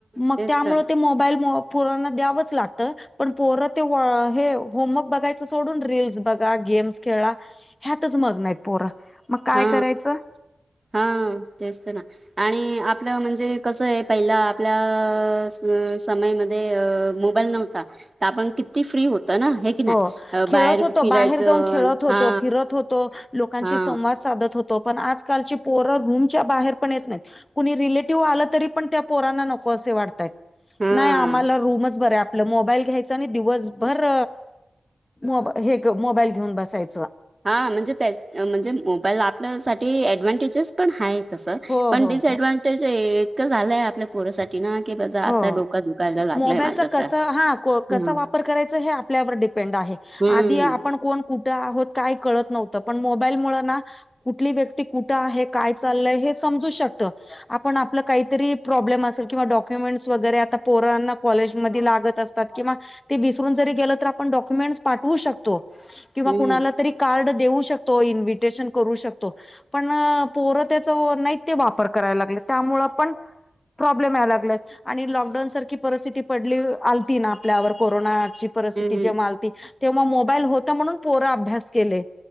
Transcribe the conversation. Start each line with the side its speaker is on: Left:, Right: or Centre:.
Left: मग
Right: तेच
Left: त्यामुळं
Right: तर
Left: ते मोबाईलमुळं पोरांना द्यावच लागतं. पण पोरं ते हे होमवर्क बघायचं सोडून, रील्स बघा, गेम्स खेळा. ह्यातच मग्न आहेत पोरं, मग काय
Right: हा
Left: करायचं.
Right: हा तेच ते ना. आणि आपलं म्हणजे कसं आहे पहिला आपल्या अ समयमध्ये अ बल नव्हता तर आपणम किती फ्री होतो ना हे. की नाही
Left: हो
Right: अ,
Left: खेळत
Right: बाहेर
Left: होतो
Right: फिरायचं
Left: बाहेर जाऊन खेळत होतो
Right: हा
Left: फिरत होतो लोकांशी
Right: हा
Left: संवाद साधत होतो. तो पण आजकालची पोरं रूमच्या बाहेर पण येत नाहीत. कुणी रिलेटिव्ह आलं तरी पण त्या पोरांना नकोसे वाटतयत.
Right: हा
Left: नाही आम्हाला रूमच बर आहे. आपलं मोबाईल घ्यायच आणि दिवसभर. मोबा हे मोबाईल घेऊन बसायचं.
Right: हा म्हणजे त्याच म्हणजे मोबाईल आपल्यांसाठी ऍडव्हनटेजेस पण आहेत. तसं, ‌
Left: हो
Right: पण
Left: हो
Right: डिसऍडव्हनटेज
Left: हो
Right: इतकं झालंय आपल्या पोरासाठी ना, की माझा आता
Left: हो
Right: डोका दुखायला लागलाय
Left: मोबाईलचा
Right: माझं तर.
Left: कसा हा कसा
Right: हं,
Left: वापर करायचा हे आ आपल्यावर डिपेंड आहे.
Right: हं,
Left: आधी आपण कोण कुठे आहोत काय कळत नव्हतं, पण मोबाईल मुळं ना कुठली व्यक्ती कुठं आहे काय चाललंय हे समजू शकतं. आपण आपलं काहीतरी प्रॉब्लेम असेल किंवा डॉक डॉक्युमेंट्स वगैरे आता पोरांना कॉलेजमध्ये लागत असतात किंवा ते विसरून जरी गेलो तर आपण डॉक्युमेंट पाठवू शकतो किंवा
Right: हं,
Left: कुणाला तरी. कार्ड देऊ शकतो, इन्व्हिटेशन करू शकतो. पण पोरं तेच नाहीत ते वापर करायला लागले त्यामुळे पण. प्रॉब्लेम याय लागलाय. आणि लॉकडाऊन सारखी परिस्थिती पडली आलती ना, आपल्यावर कोरोनाची परिस्थिती
Right: हं.
Left: जेव्हा तेव्हा मोबाईल होतं म्हणून पोर अभ्यास केले.